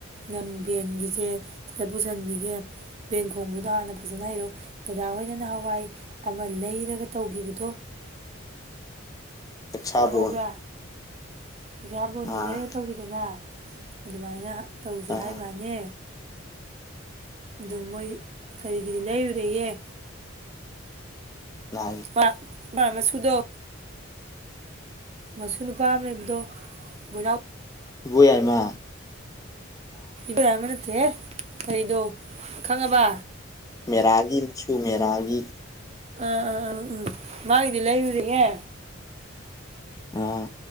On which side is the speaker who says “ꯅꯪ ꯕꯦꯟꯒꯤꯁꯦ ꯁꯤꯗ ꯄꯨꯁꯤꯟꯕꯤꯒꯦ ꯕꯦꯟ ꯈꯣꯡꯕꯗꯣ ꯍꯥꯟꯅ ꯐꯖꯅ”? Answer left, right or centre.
Right